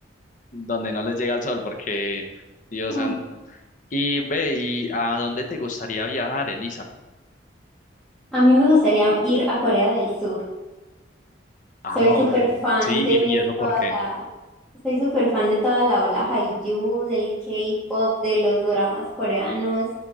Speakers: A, on the left; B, in the centre.
A: donde no les llega el sol, porque Dios
B: Mm.
A: santo. Y ve, ¿y a dónde te gustaría viajar, Elisa?
B: A mí me gustaría ir a Corea del Sur.
A: Ah,
B: Soy súper
A: ok.
B: fan
A: Sí,
B: de
A: y, y eso por
B: toda
A: qué.
B: la, Soy súper fan de toda la ola Hallyu, del K-pop, de los dramas coreanos